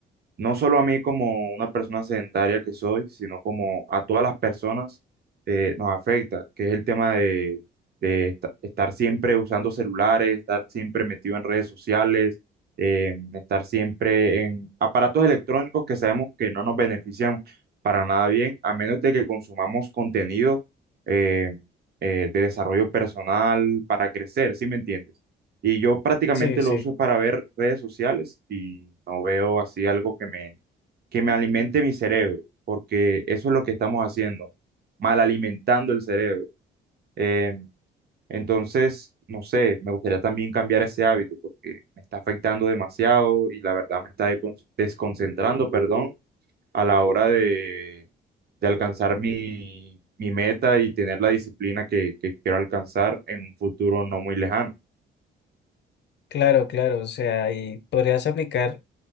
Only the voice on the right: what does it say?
no solo a mí como una persona sedentaria que soy, sino como a todas las personas eh, nos afecta, que es el tema de, de esta- estar siempre usando celulares, estar siempre metido en redes sociales, eh, estar siempre en aparatos electrónicos que sabemos que no nos benefician para nada bien, a menos de que consumamos contenido eh, eh, de desarrollo personal para crecer, ¿sí me entiendes? Y yo prácticamente
lo uso para ver redes sociales y no veo así algo que me, que me alimente mi cerebro, porque eso es lo que estamos haciendo, mal alimentando el cerebro. Eh, entonces, no sé, me gustaría también cambiar ese hábito porque me está afectando demasiado y la verdad me está decon- desconcentrando, perdón, a la hora de, de alcanzar mi, mi meta y tener la disciplina que, que quiero alcanzar en un futuro no muy lejano.